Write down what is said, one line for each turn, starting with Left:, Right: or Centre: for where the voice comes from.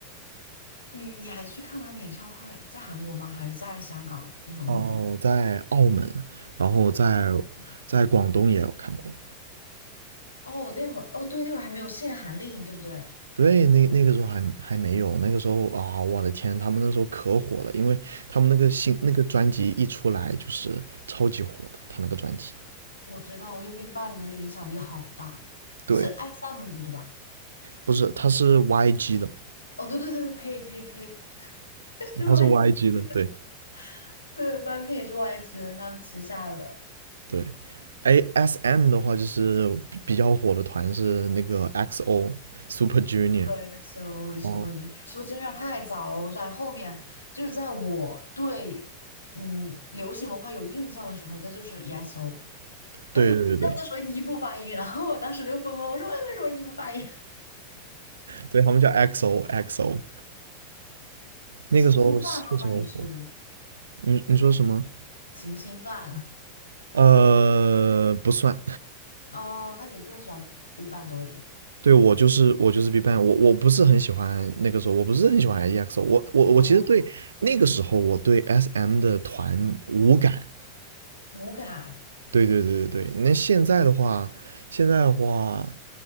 Left: 你你还去看过他们演唱会，在韩国吗？还是在香港那种地方？
Right: 哦，在澳门，然后在
Left: 哦
Right: 在广东也有看过。
Left: 哦，那会儿哦，对，那会儿还没有限韩令，对不对？
Right: 对，那那个时候还还没有，那个时候啊，我的天，他们那时候可火了，因为他们那个新那个专辑一出来就是超级火的，他那个专辑。
Left: 我知道月 n 办的影响力好大，
Right: 对，
Left: 它是 SM 的对吧？
Right: 不是，他是 YG 的，
Left: 哦，对对对对，呸呸呸，<laughs> 是
Right: 他是
Left: YG
Right: YG 的，
Left: 的，
Right: 对。
Left: 对，半片也是 YG 的，是他们旗下的。
Right: 对，ASM 的话就是比比较火的团是那个 XO Super Junior，
Left: 对，应该是 Super
Right: 哦，
Left: Junior，Super Junior 太早了，我在后面就是在我对嗯流行文化有印象的时候，那就是 e S o 但是他们那时候一不发音，
Right: 对对对对，
Left: 然后我当时就懵懵，我说为为什么一不发音？<laughs>
Right: 对他们叫 XO XO，那个时候是确实很火。
Left: 行星饭喽，那你是
Right: 你你说什么？
Left: 行星饭
Right: 呃，不算。
Left: <laughs> 哦，那你更喜欢 Big Bang 多一点？
Right: 对，我就是我就是 BigBang，我我不是很喜欢那个时候，我不是很喜欢 EXO，我我我其实对那个时候我对
Left: 哦，
Right: SM 的团无感，
Left: 无感，
Right: 对对对对对，那现在的话，现在的话，